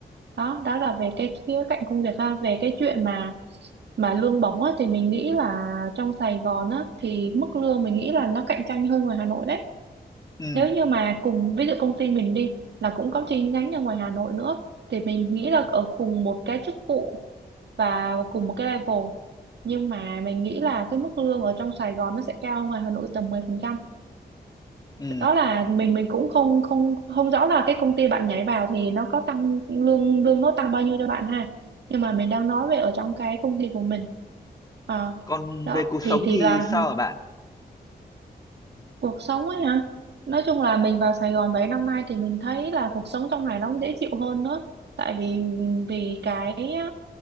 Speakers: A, on the right; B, on the left.
A: đó đó là về cái khía cạnh công việc ha về cái chuyện mà mà lương bổng á, thì mình nghĩ là trong Sài Gòn á, thì mức lương mình nghĩ là nó cạnh tranh hơn ngoài Hà Nội đấy
B: ừ
A: nếu như mà cùng ví dụ công ty mình đi là cũng có chi nhánh ở ngoài Hà Nội nữa thì mình nghĩ là ở cùng một cái chức vụ và cùng một cái level nhưng mà mình nghĩ là cái mức lương ở trong Sài Gòn nó sẽ cao hơn ngoài Hà Nội tầm 10%
B: ừ
A: đó là mình mình cũng không không không rõ là cái công ty bạn nhảy vào thì nó có tăng lương lương nó tăng bao nhiêu cho bạn ha nhưng mà mình đang nói về ở trong cái công ty của mình Ờ,
B: còn
A: đó
B: về cuộc
A: thì
B: sống
A: thì
B: thì
A: là
B: sao hả bạn
A: cuộc sống ấy hả nói chung là mình vào Sài Gòn 7 năm nay thì mình thấy là cuộc sống trong này nó cũng dễ chịu hơn nữa tại vì vì cái